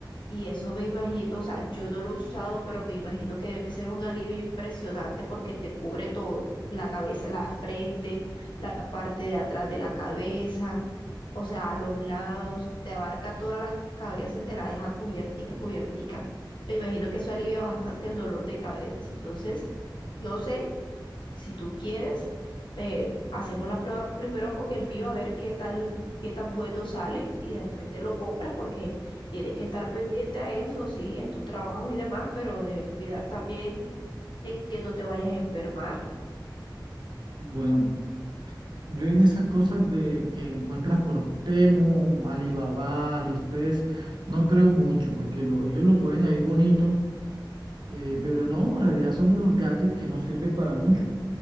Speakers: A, on the left; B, on the right.
A: y eso me imagino, o sea, yo no lo he usado, pero me imagino que debe ser un alivio impresionante porque te cubre todo, la cabeza, la frente, la parte de atrás de la cabeza, o sea, los lados, te abarca toda la cabeza y te la deja cubiertica, cubiertica. Me imagino que eso alivia bastante el dolor de cabeza. Entonces, no sé, si tú quieres, eh, hacemos la prueba primero con el mío a ver qué tal, qué tan bueno sale y después te lo compras porque tienes que estar pendiente a eso, sí, es tu trabajo y demás, pero debes cuidar también en que no te vayas a enfermar.
B: Bueno, yo en esas cosas de que encuentras por Temu, Alibaba, AliExpress, no creo mucho, porque lo- ellos lo ponen ahí bonito, eh, pero no, en realidad son unos gadgets que no sirven para mucho.